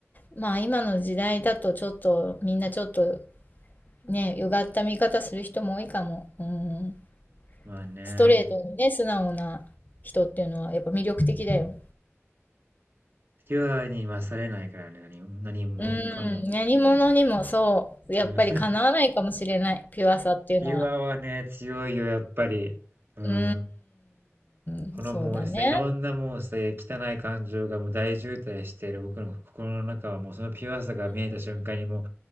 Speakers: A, on the left; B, on the right.
A: まあ、今の時代だとちょっと、みんなちょっとね、うがった見方する人も多いかも。うん。
B: まあね。
A: ストレートにね、素直な人っていうのはやっぱ魅力的だよ。
B: ピュアに勝れないからね、何も何もかも。
A: うん、何者にもそう、やっぱりかなわないかもしれない、
B: うん <laughs>
A: ピュアさっていうのは。
B: ピュアはね、強いよ、やっぱり。うん。
A: うーん、
B: このもうさ、
A: そうだね。
B: いろんなもうさ、汚い感情がもう大渋滞している僕の心の中はもうそのピュアさが見えた瞬間にもう、